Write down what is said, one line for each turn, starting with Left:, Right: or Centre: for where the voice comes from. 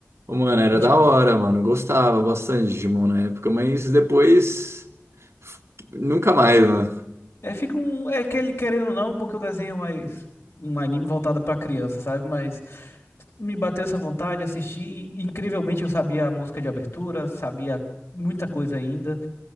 Right: Ô, Mano, era
Left: E
Right: da hora, mano. Eu gostava bastante de Digimon na época, mas depois f- nunca mais, mano.
Left: É, fica um. É aquele, querendo ou não, um pouco o desenho mais. Um anime voltado pra criança, sabe? Mas me bateu essa vontade, assisti. E, incrivelmente, eu sabia a música de abertura, sabia muita coisa ainda.